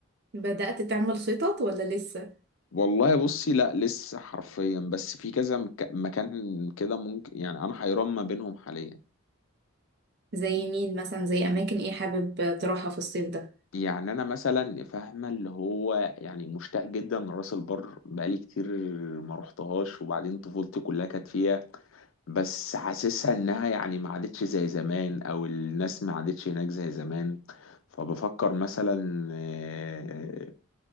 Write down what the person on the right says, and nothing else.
بدأت تعمل خطط ولا لسه
زي مين مثلا زي اماكن ايه حابب تروحها في الصيف ده